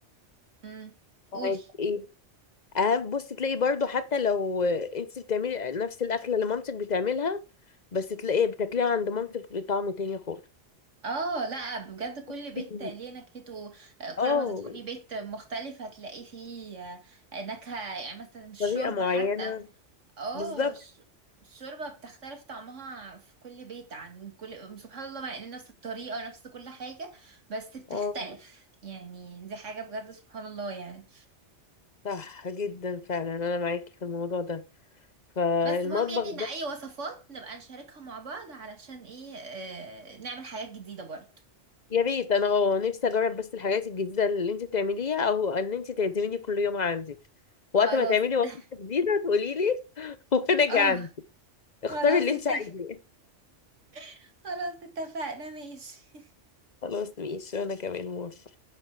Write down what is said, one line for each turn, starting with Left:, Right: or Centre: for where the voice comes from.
Right: امم
Left: معاك
Right: قولي
Left: ايه اهم بص تلاقي برضو حتى لو انت بتعملي نفس الأكلة اللي مامتك بتعملها بس تلاقي بتاكليها عند مامتك بطعم تاني خالص
Right: اه لا بجد كل
Left: <laughs>
Right: بيت ليه نكهته آه، كل
Left: اه
Right: ما تدخلي بيت مختلف هتلاقي فيه آه، نكهة يعني مثلا الشوربة
Left: طريقة معينة
Right: حتى اه
Left: بالظبط
Right: الش- الشوربة بتختلف طعمها في كل بيت عن كل سبحان الله مع ان نفس الطريقة نفس كل حاجة بس بتختلف
Left: اه
Right: يعني دي حاجة بجد سبحان الله يعني
Left: صح جدا فعلا انا معاكي في الموضوع ده فالمطبخ
Right: بس مهم يعني ان اي وصفات نبقى نشاركها مع بعض علشان ايه آه نعمل حاجات جديدة برضه
Left: يا ريت انا اه نفسي اجرب بس الحاجات الجديده اللي انت بتعمليها او ان انت تعزميني كل يوم عندك وقت
Right: خلاص
Left: ما تعملي وصفه
Right: <laughs>
Left: جديده تقولي لي <laughs> وانا جعانه
Right: اه
Left: اختاري
Right: خلاص
Left: اللي انت
Right: اتفق
Left: عايزاه
Right: <laughs> خلاص اتفقنا ماشي
Left: خلاص ماشي وانا كمان موافقة